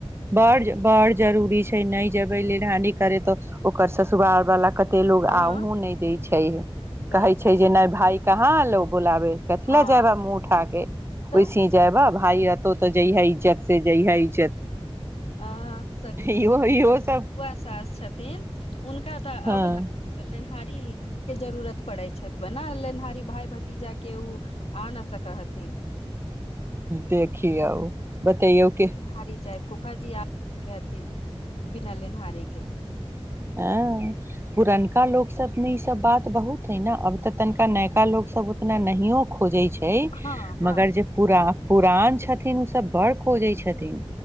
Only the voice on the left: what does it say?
हँ
सही
कही
हँ
तऽ
आ सखी
हमरा
बुआ सास छथिन हुनका तऽ
अबला हारी के जरूरत पड़ै छै बना लेनिहारी भाय भतीजा के ओ आ नहि सकै हथिन
हारी जाइ फुफाजी आथि बिना लेनहारहारेके
हँ हँ